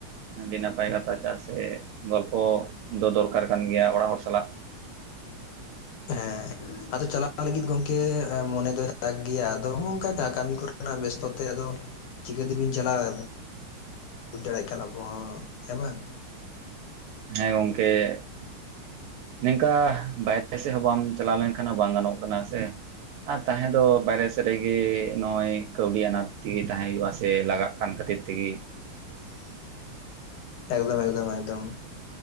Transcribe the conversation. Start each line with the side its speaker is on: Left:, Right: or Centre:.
Right: ᱟᱹᱰᱤ ᱱᱟᱯᱟᱭ ᱠᱟᱛᱷᱟ ᱪᱟᱜ ᱥᱮ ᱜᱚᱞᱯᱚ ᱫᱚ ᱫᱚᱨᱠᱟᱨ ᱠᱟᱱ ᱜᱮᱭᱟ ᱚᱲᱟᱜ ᱦᱚᱲ ᱥᱟᱞᱟᱜ,
Left: ᱦᱮᱸ ᱟᱫᱚ ᱪᱟᱞᱟᱣ ᱞᱟᱹᱜᱤᱫ ᱜᱚᱢᱠᱮ ᱢᱚᱱᱮ ᱫᱚᱭ ᱨᱟᱜ ᱜᱮᱭᱟ ᱟᱫᱚ ᱱᱚᱝᱠᱟ ᱠᱟᱹᱢᱤ ᱠᱚᱨᱮᱱᱟᱜ ᱵᱮᱥᱛᱚ ᱛᱮ ᱟᱫᱚ ᱪᱤᱠᱟᱹᱛᱮᱵᱤᱱ ᱪᱟᱞᱟᱜ-ᱟ ᱵᱩᱡᱽ ᱫᱟᱲᱮᱭᱟᱜ ᱠᱟᱱᱟ ᱵᱚᱱ‌ ᱦᱮᱸ ᱵᱟᱝ, ᱾
Right: ᱦᱮᱸ ᱜᱚᱝᱠᱮ, ᱾ ᱱᱤᱝᱠᱟ ᱵᱟᱭᱨᱮ ᱥᱮᱫ ᱦᱚᱸ ᱵᱟᱢ ᱪᱟᱞᱟᱣ ᱞᱮᱱᱠᱷᱟᱱ ᱦᱚᱸ ᱵᱟᱝ ᱜᱟᱱᱚᱜ ᱠᱟᱱᱟ ᱦᱮᱸ ᱥᱮ, ᱟᱨ ᱛᱟᱦᱮᱸ ᱫᱚ ᱵᱟᱭᱨᱮ ᱥᱮᱫ ᱨᱮᱜᱮ ᱱᱚᱜᱼᱚᱭ ᱠᱟᱹᱣᱰᱤ ᱟᱱᱟᱴ ᱛᱮᱜᱮ ᱛᱟᱦᱮᱸ ᱦᱩᱭᱩᱜᱼᱟ ᱥᱮ ᱞᱟᱜᱟᱜ ᱠᱟᱱ ᱠᱷᱟᱹᱛᱤᱨ ᱛᱮᱜᱮ, ᱾
Left: <inaudible> ᱮᱠᱫᱚᱢ ᱮᱠᱫᱚᱢ ᱮᱠᱫᱚᱢ